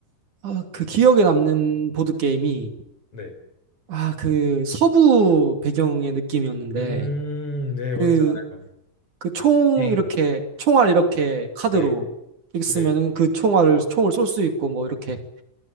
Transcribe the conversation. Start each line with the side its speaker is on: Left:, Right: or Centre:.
Right: 아, 그 기억에 남는 보드게임이,
Left: 네.
Right: 아, 그 서부 배경의 느낌이었는데,
Left: 음, 네,
Right: 그,
Left: 뭔지 알아요.
Right: 그 총
Left: 뱅.
Right: 이렇게, 총알 이렇게 카드로
Left: 네.
Right: 이렇게 쓰면은
Left: 네.
Right: 그 총알을, 총을 쏠 수 있고, 뭐, 이렇게.